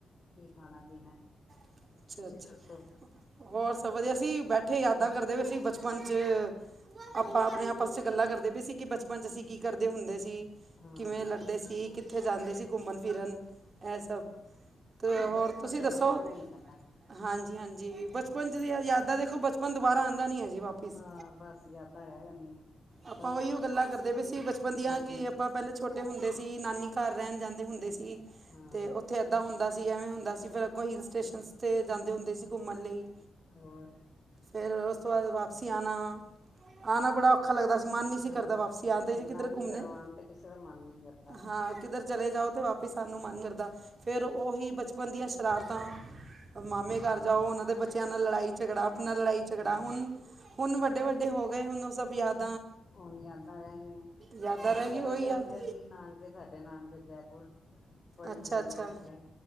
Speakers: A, on the left; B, on the right.
A: ਕੀ ਖਾਣਾ ਪੀਣਾ
B: ਅੱਛਾ-ਅੱਛਾ
A: ਤੁਸੀਂ ਦੱਸੋ
B: ਹੋਰ ਸਭ ਵਧੀਆ ਅਸੀ ਬੈਠੇ ਯਾਦਾਂ ਕਰਦੇ ਵੀਏਸੀ ਬਚਪਨ ਚ ਆਪਾਂ ਆਪਣੇ ਆਪਸ ਚ ਗੱਲਾਂ ਕਰਦੇ ਪਏ ਸੀ ਕਿ ਬਚਪਨ ਚ ਅਸੀਂ ਕੀ ਕਰਦੇ ਹੁੰਦੇ ਸੀ
A: ਹਾਂ
B: ਕਿਵੇਂ ਲੜਦੇ ਸੀ ਕਿੱਥੇ ਜਾਂਦੇ ਸੀ ਘੁੰਮਣ ਫਿਰਨ ਇਹ ਸਭ ਤੇ ਹੋਰ
A: ਬਚਪਨ
B: ਤੁਸੀਂ
A: ਤੇ
B: ਦੱਸੋ
A: ਬਚਪਨ ਹੀ ਹੁੰਦਾ
B: ਹਾਂਜੀ-ਹਾਂਜੀ ਬਚਪਨ ਚ ਯਾਦਾਂ ਦੇਖੋ ਬਚਪਨ ਦੁਬਾਰਾ ਆਉਂਦਾ ਨੀ ਹੈ ਜੀ ਵਾਪਿਸ
A: ਹਾਂ ਬਸ ਯਾਦਾਂ ਰਹਿ ਜਾਂਦੀਆਂ
B: ਆਪਾਂ
A: ਬਸ
B: ਉਹੀਓ ਗੱਲਾਂ ਕਰਦੇ ਵੀ ਸੀ ਬਚਪਨ ਦੀਆਂ
A: ਹਮ
B: ਕਿ ਆਪਾਂ ਪਹਿਲਾਂ ਛੋਟੇ ਹੁੰਦੇ ਸੀ ਨਾਨੀ ਘਰ ਰਹਿਣ ਜਾਂਦੇ ਹੁੰਦੇ ਸੀ
A: ਹਾਂ
B: ਤੇ ਉੱਥੇ ਏਦਾਂ ਹੁੰਦਾ ਹੁੰਦਾ ਸੀ ਐਵੇਂ ਹੁੰਦਾ ਸੀ ਫਿਰ ਅੱਗੋਂ ਹਲ ਸਟੇਸ਼ਨਸ 'ਤੇ ਜਾਂਦੇ ਹੁੰਦੇ ਸੀ ਘੁੰਮਣ ਲਈ
A: ਹੋਰ
B: ਫੇਰ ਉਸ ਤੋਂ ਬਾਅਦ ਵਾਪਸੀ ਆਉਣਾ-ਆਉਣਾ ਬੜਾ ਔਖਾ ਲੱਗਦਾ ਸੀ ਮਨ ਨਹੀਂ ਸੀ
A: ਹਹ
B: ਕਰਦਾ ਵਾਪਸੀ ਆਉਣ 'ਤੇ ਜੀ ਕਿੱਧਰ
A: ਨਾਨੀ
B: ਘੁੰਮਣੇ
A: ਘਰੋਂ ਆਉਣ ਤੇ ਕਿਸੇ ਦਾ ਮਨ ਨੀ ਕਰਦਾ ਹੈਗਾ
B: ਹਾਂ ਕਿੱਧਰ ਚਲੇ ਜਾਓ ਤੇ ਵਾਪਿਸ ਆਨ ਨੂੰ ਮਨ ਕਰਦਾ ਫੇਰ ਉਹੀ ਬਚਪਨ ਦੀਆਂ ਸ਼ਰਾਰਤਾਂ ਮਾਮੇ ਘਰ
A: ਹਾਂ
B: ਜਾਓ ਉਹਨਾਂ ਦੇ ਬੱਚਿਆਂ ਨਾਲ ਲੜਾਈ ਝਗੜਾ ਣਾ ਲੜਾਈ ਝਗੜਾ
A: ਹਾਂ
B: ਹੁਣ-ਹੁਣ ਵੱਡੇ-ਵੱਡੇ ਹੋ ਗਏ ਹੁਣ ਉਹ ਸਭ ਯਾਦ
A: ਹੁਣ ਯਾਦਾ ਰਹਿ ਗਈਆਂ
B: ਯਾਦਾਂ
A: ਅਸੀਂ
B: ਰਹਿ ਗਈ
A: ਆਪ
B: ਉਹੀ
A: ਜਾਂਦੇ
B: ਯਾਦ
A: ਸੀ ਨਾਨਕੇ ਸਾਡੇ ਨਾਨਕੇ ਜੈਪੁਰ ਬੜੀ
B: ਅੱਛਾ
A: ਦੂਰ
B: ਅੱਛਾ
A: ਹੈਗਾ ਹੈ